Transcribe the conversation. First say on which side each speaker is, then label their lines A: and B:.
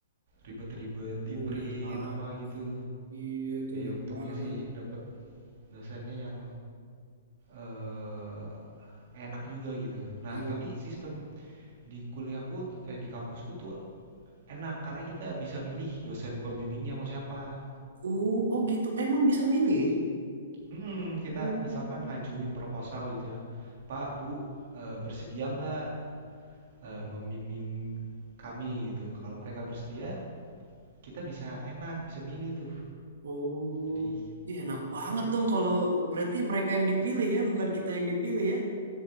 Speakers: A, on the right; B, on the right.
A: ribet-ribet di
B: Uh,
A: print
B: enak banget.
A: apa gitu
B: Bang. Iya itu enak
A: ya untungnya
B: banget.
A: sih dapat dosennya yang eh, enak juga gitu nah
B: Iya.
A: tapi sistem di kuliahku eh di kampusku tuh enak karena kita bisa milih dosen pembimbingnya mau siapa
B: Uh, oh gitu. Emang bisa milih?
A: mm kita
B: Oh.
A: misalkan ngajuin proposal gitu ya Pak Bu eh, bersedia nggak eh, membimbing kami gitu kalau mereka bersedia kita bisa enak, bisa milih tuh.
B: Oh.
A: Jadi
B: Iya enak banget dong kalau berarti mereka yang dipilih ya, bukan kita yang dipilih ya.